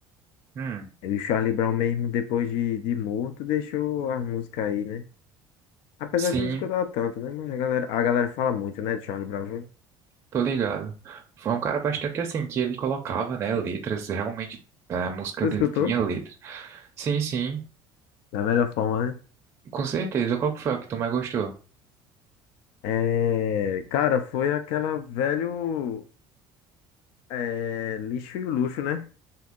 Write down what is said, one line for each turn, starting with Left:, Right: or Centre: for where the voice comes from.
Right: hum,
Left: o Charlie Brown mesmo depois de, de morto deixou a música aí, né? Apesar
Right: sim,
Left: de eu não escutar tanto, né? Mas a galera, a galera fala muito, né, de Charlie Brown Jr.
Right: tô ligado. Foi um cara bastante assim, que ele colocava, né, letras, realmente a música
Left: Tu escutou?
Right: dele tinha letra. Sim, sim,
Left: Da melhor forma, né?
Right: com certeza. Qual que foi a que tu mais gostou?
Left: É, cara, foi aquela velho é, lixo e o luxo, né?